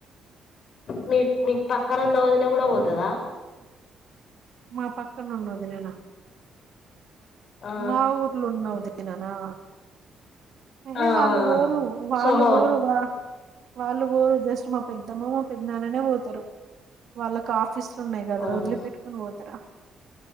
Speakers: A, on the left; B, on the right.
A: మీ పక్కనా ఉన్న వదిన కూడా పోతద
B: మా పక్కన ఉన్న వదిన నా
A: ఆ
B: మా ఊర్లో ఉన్నా వదిన నా ఏహే
A: ఆ ఆ
B: వాళ్ళు పోరు
A: ఆ.
B: వాళ్ళు
A: సోహో
B: పోరు వా వాళ్ళు పోరు జస్ట్ మా పెద్దమ్మ మా పెద్ద నాన్ననే పోతారు వాళ్ళ కాఫ ఆఫీస్లున్నాయి కదా
A: అవును
B: రా వదిలి పెట్టుకొని పోతరా